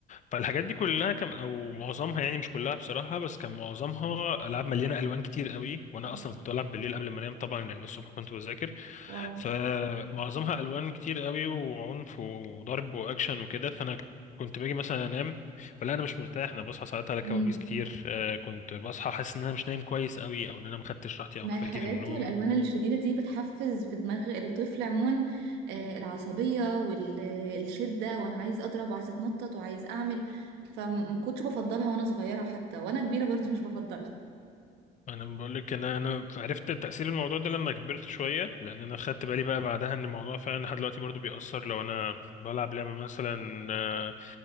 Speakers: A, on the left (about 45°); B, on the right (about 90°).
A: فالحاجات دي كلها كان أو معظمها يعني مش كلها بصراحة بس كان معظمها ألعاب مليانة ألوان كتير أوي وأنا
B: اه
A: أصلا كنت بلعب بالليل قبل ما أنام طبعا لأن الصبح كنت بذاكر
B: آه.
A: فمعظمها الوان كتير قوي وعنف وضرب واكشن وكده فانا كنت باجي مثلا انام فلا انا مش مرتاح انا بصحى ساعات على
B: مم.
A: كوابيس كتير آه، كنت بصحى حاسس ان انا مش نايم كويس قوي او ان انا ما خدتش راحتي
B: ما
A: او كفايتي
B: الحاجات
A: في النوم
B: والالوان الشديده دي بتحفز في دماغ الطفل عموما آه، العصبيه والشده وانا عايز اضرب وعايز اتنطط وعايز اعمل فما كنتش بفضلها وانا صغيره حتى وانا كبيره برضو مش بفضلها
A: انا بقول لك ان انا عرفت تاثير الموضوع ده لما كبرت شويه لان انا خدت بالي بقى بعدها ان الموضوع فعلا لحد دلوقتي برضو بيأثر لو انا بلعب لعبه مثلا آه،